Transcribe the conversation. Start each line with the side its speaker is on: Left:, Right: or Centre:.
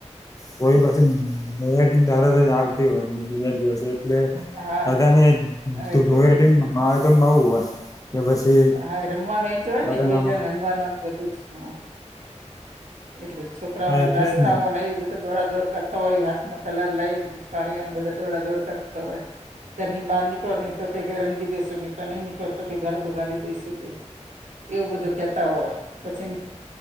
Left: કોઈ પછીટી તારે તો જ આવતી હોય બીજા દિવસે એટલે-
Right: હા
Left: બધાને ધવડી
Right: એટલે જ.
Left: માં એવું હોય પછી-
Right: હા એ રમવાનું એ જ હોય
Left: બધાનામાં
Right: ને એક બે જણ રંગવાનુંને બધું જ હા- એટલે છોકરાઓને
Left: હા એટલે
Right: નાસ્તા
Left: જ
Right: હોય ને એ બધું- દોડા દોડ કરતા હોય હાથમાં કલર લઈને પિચકારીને બધા દોડા દોડ કરતો હોય- તેની બહાર નીકળો ન તો કેઈ રંગી દઈસું નહીં તો નહી નીકળો તો કે ઘર બગાડી દઈશું કે, એવું બધું કેતા હોય પછી-